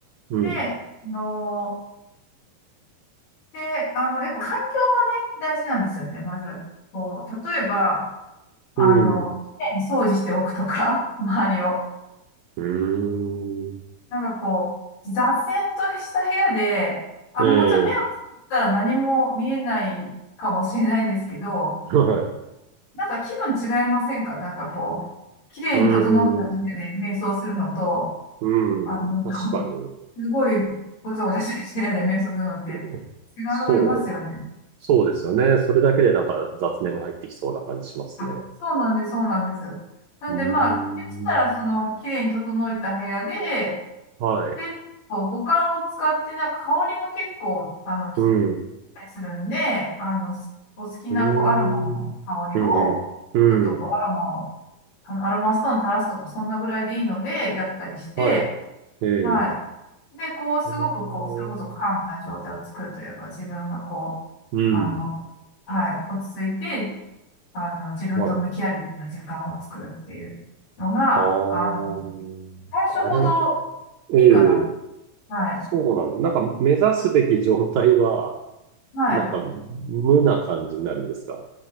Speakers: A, on the right; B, on the left.
A: うん。
B: で、あので、あの、やっぱ環境がね、大事なんですよね、まず。こう、例えば、あの、
A: うん。
B: きれいに掃除しておくとか、<laughs> 周りを。
A: うーん。
B: なんかこう、雑然とした部屋で、あの、
A: ええ、
B: もちろん目をつぶったら何も見えないかもしれないんですけど、
A: <laughs> はい。
B: なんか気分違いませんかなんかこう、きれいに整った部屋で瞑想するのと、
A: うーん。う
B: あの、
A: ん。確かに。
B: <laughs> すごいごちゃごちゃしてる部屋で瞑想するのって
A: うんそう、
B: 違いますよね。
A: そうですよね。それだけでなんか雑念が入ってきそうな感じしますね。
B: あ、そうなんです、そうなんです。なんで、
A: うーん。
B: まあ、できたら、その、綺麗に整えた部屋で、
A: はい。
B: で、こう五感を使って、なんか香りも結構、あの、きっ
A: うん。う
B: たりするんで、あの、すお好きな、
A: ーん。
B: こう、アロマの香りを、
A: うん、うん。うん。
B: ちょっと、こう、アロマを、あの、アロマストーン垂らすとか、そんなぐらいでいいので、やったりして、
A: はい。ええ。
B: はい。で、こう、すごく、
A: あの
B: こう、それこそカームな状態を作るというか、自分が、こう、
A: うん。
B: あの、はい、落ち着いて、あの、自分と向き合うような時間を作るっていうのが、
A: はい。あーあれ、
B: あの、最初ほど
A: ええ、
B: いいかな。はい。
A: そうなんですよ。なんか目指すべき状態は、
B: はい。
A: なんか無な感じになるんですか